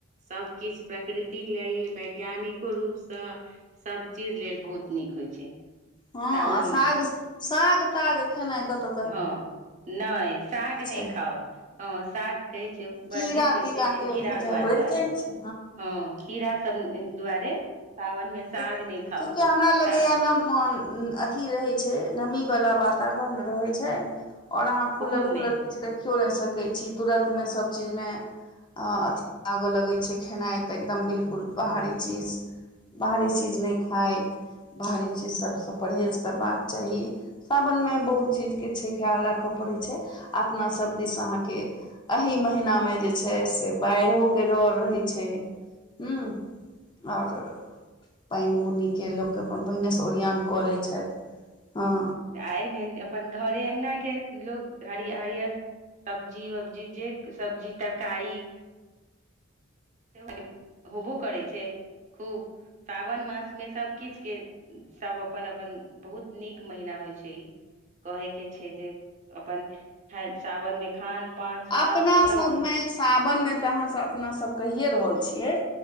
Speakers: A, on the right (about 40°); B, on the left (about 25°).
A: सब किछ प्रकृत ति लेल वैज्ञानिको रूप सँ, सब चीज लेल बहुत नीक होय छै।
B: हँ
A: सावन
B: आ साग- साग -ताग खेनाय कतौ
A: हँ नहि साग नहि
B: चाही
A: खाउ, हँ साग कहै छै वर्जित
B: कीड़ा
A: होय
B: तीड़ा
A: छै जे,
B: के
A: कीड़ा
B: बुझाइ
A: दुआ
B: बढ़ि
A: दुआरे
B: जाइ छै
A: हँ कीड़ा सब दुआरे सावन मे साग
B: चु-चूकि
A: नहि खाउ
B: हमरा लगेैया
A: साग
B: ना मोन। उम्म अथि रहै छै नमी वला वातावरण रहै छै। और अहाँ खुलल-खुलल
A: ओहोमे
B: किछ देखियौ नै सकै छी तुरत मे सब चीज मे आ अथी लागऽ लगै छै, खेनाय तऽ एकदम बिल्कुल बाहरी चीज बाहरी चीज नै खाय, बाहरी चीज सब सँ परहेज करबाक चाही। सावन मे बहुत चीज के छै ख्याल राखऽ पड़ै छै, अपना सब दिस अहाँ के एहि महीना मे जे छै से बैड़हो के डर रहै छै, हुं। और पेएन बुनिके लोक अपन पहिने से ओरियान कऽ लै छैथ हां।
A: आ एमे अपन घरे अंगना के लोग हरियर, हरियर सब्जी-वब्जी जे सब्जी तरकारी सेहो होबो करै छै खूब। सावन मास मे सब किछ के सब अपन-अपन बहुत नीक महिना होय छै ई। कहै के छै जे अपन हर सावन मे खान पान स्वास्थ्य
B: अपना सब
A: नीक
B: मे सावन मे तऽ अहाँ सब अपना सब कहिये रहल छियै।